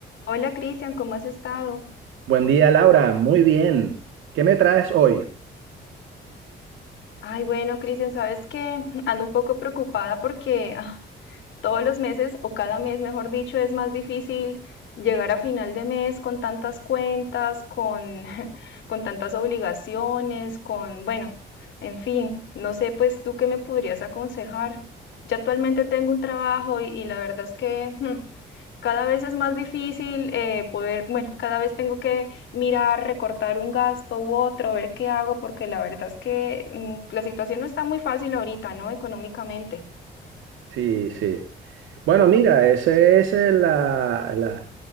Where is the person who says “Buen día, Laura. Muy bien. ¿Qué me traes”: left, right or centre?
Right